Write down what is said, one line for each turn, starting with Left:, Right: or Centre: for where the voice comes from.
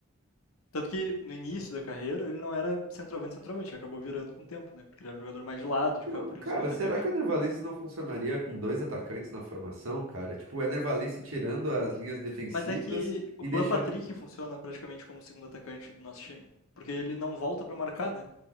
Left: Tanto que no início da carreira ele não era centroavante, centroavante, ele acabou virando com o tempo, né? Porque ele era um jogador mais de lado, de
Right: Não,
Left: campo, de
Right: cara,
Left: um segundo atacante.
Right: será que o Ener Valencia não funcionaria com dois atacantes na formação, cara? Tipo, o Ener Valencia tirando as linhas defensivas
Left: Mas é que o
Right: e deixando.
Left: Alan Patrick funciona praticamente como segundo atacante do nosso time, porque ele não volta para marcar, né?